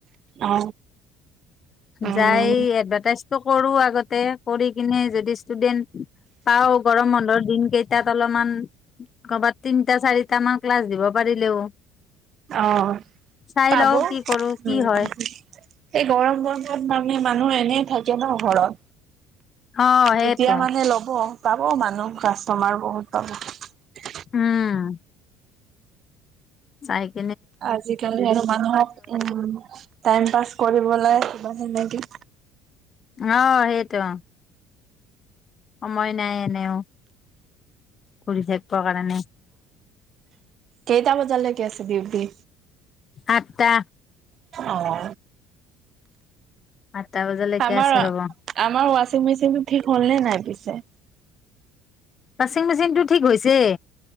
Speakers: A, on the right; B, on the left.
A: অ উম
B: যাই এডভাৰটাইজ কৰো আগতে, কৰি কিনে যদি ষ্টুডেন্ট পাও, গৰম বন্ধৰ দিনকেইটাত অলপমান কৰ'বাত। তিনিটা-চাৰিটামান ক্লাছ দিব পাৰিলেও।
A: অ'
B: চাই
A: পাব।
B: লওঁ কি কৰো কি
A: সেই
B: হয়
A: গৰম বন্ধত মা। মানুহ এনেই থাকে ন ঘৰত!
B: অ' সেইটো
A: তেতিয়া মানে ল'ব, পাব মানুহ। কাষ্টমাৰ বহুত পাব।
B: উম। চাইক।
A: আজি কালি আৰু মানুহক উম টাইম পাছ কৰিবলৈ। ম নকি। <unintelligible>
B: অ সেইটো। সময় নাই এনেও। কৰি থাকিব কাৰণে।
A: কেইটা বজাৰ লৈকে আছে ডিউটি?
B: আঠতা।
A: অ।
B: আঠটা বজালৈকে
A: তামাৰ
B: আছে ৰ'ব
A: আমাৰ ৱাচিং মেচিন টো ঠিক হ'লনে নাই পিছে?
B: ৱাশ্বিং মেচিনটো ঠিক হৈছে।